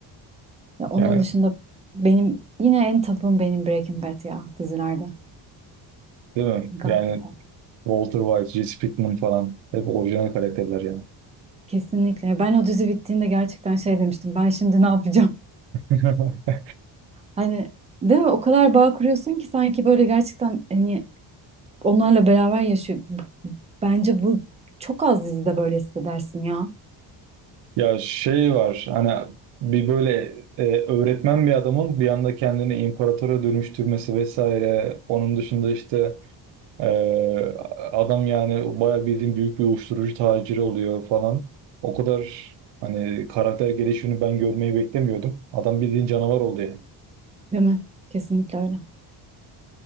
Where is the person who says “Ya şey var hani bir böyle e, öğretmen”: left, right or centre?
Right